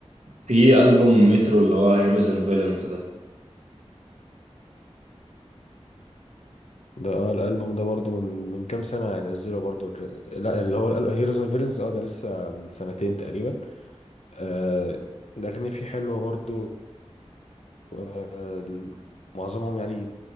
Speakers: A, on the right (about 85°); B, on the left (about 75°).
A: في ألبوم مترو اللي هو هيروز اند فيلنز ده
B: ده اه الألبوم ده برضو من من كام سنة نزله برضو لا اللي هو هيروز اند فيلنز اه ده لسه من سنتين تقريبا آه، الأغاني فيه حلوة برضو آه، معظمهم يعني